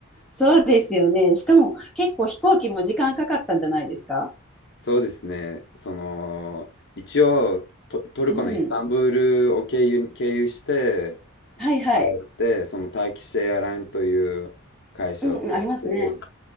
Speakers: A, in the centre; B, on the left.
A: そうですよね。しかも結構飛行機も時間かかったんじゃないですか
B: そうですね、その、一応ト、トルコのイスタンブールを経由、
A: うん。
B: 経由して、
A: はいはい。
B: 帰って、そのターキッシュエアラインという会社を使って、
A: うんうん、ありますね。